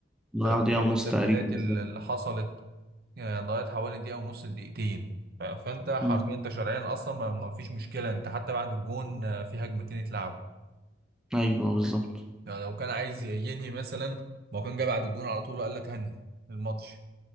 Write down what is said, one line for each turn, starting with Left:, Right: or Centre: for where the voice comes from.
Centre: ضيع
Right: فخصوصا
Centre: دقيقة ونص
Right: في التبديلات
Centre: تقريبا بالظبط
Right: ال- اللي حصلت آه، ضيعت حوالي دقيقة ونص لدقيقتين ف- فانت حرفيا
Centre: مم.
Right: انت شرعيا اصلا ما ما فيش مشكلة انت حتى بعد الجون آه، في هجمتين اتلعبوا
Centre: ايوه بالظبط
Right: يعني لو كان عايز ينهي مثلا ما هو كان جاي بعد الجون على طول وقال لك هني الماتش